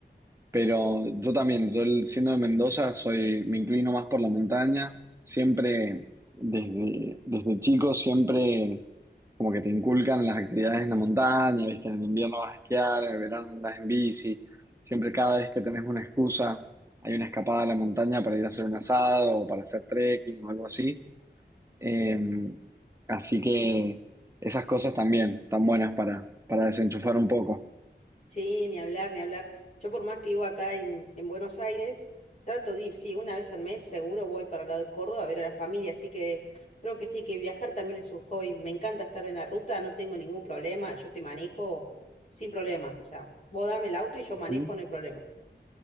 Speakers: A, on the right (about 15°); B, on the left (about 40°).
A: pero yo también, yo el- siendo de Mendoza, soy, me inclino más por la montaña. Siempre, desde, desde chico, siempre como que te inculcan las actividades en la montaña, ¿viste? En invierno vas a esquiar, en verano andas en bici. Siempre cada vez que tenés una excusa, hay una escapada a la montaña para ir a hacer un asado o para hacer trekking o algo así. Eh, así que esas cosas también están buenas para, para desenchufar un poco.
B: Sí, ni hablar, ni hablar. Yo por más que vivo acá en, en Buenos Aires, trato de ir, sí, una vez al mes seguro voy para el lado de Córdoba a ver a la familia, así que creo que sí, que viajar también es un hobby. Me encanta estar en la ruta, no tengo ningún problema, yo te manejo sin problema. O sea, vos dame el auto y yo manejo,
A: Ujú.
B: no hay problema.